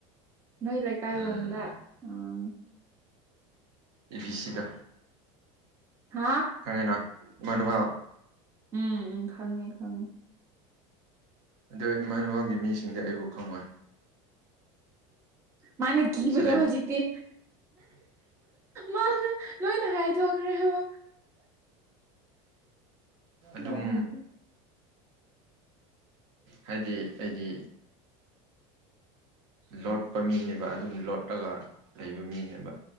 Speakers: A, on the right; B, on the right.
A: ꯅꯣꯏ ꯂꯩꯀꯥꯏꯔꯣꯝꯗ
B: ꯎꯝ
A: ꯎꯝ
B: ꯑꯦ ꯕꯤ ꯁꯤꯗꯣ
A: ꯍꯥꯥ
B: ꯈꯪꯉꯦꯅ ꯏꯨꯃꯅꯨꯌꯦꯜ
A: ꯎꯝ ꯎꯝ ꯈꯪꯉꯦ ꯈꯪꯉꯦ
B: ꯑꯗꯨ ꯏꯃꯅꯨꯌꯦꯜꯒꯤ ꯃꯤꯁꯤꯡꯗꯤ ꯑꯩꯕꯨ ꯈꯪꯉꯣꯏ꯫
A: ꯃꯥꯅ ꯀꯤꯕꯗꯣ
B: ꯁꯦꯂꯦꯟ
A: ꯍꯧꯖꯤꯛꯇꯤ ꯃꯥꯅ ꯂꯣꯏꯅ ꯍꯥꯏꯗꯣꯛꯈ꯭ꯔꯦ ꯍꯥꯏꯕ
B: ꯑꯗꯨꯝ
A: ꯅꯣꯛꯅꯤꯡꯉꯦ
B: ꯍꯥꯏꯗꯤ ꯑꯩꯗꯤ ꯂꯣꯠꯄ ꯃꯤꯅꯦꯕ ꯑꯗꯨꯝ ꯂꯣꯠꯂꯒ ꯂꯩꯕ ꯃꯤꯅꯦꯕ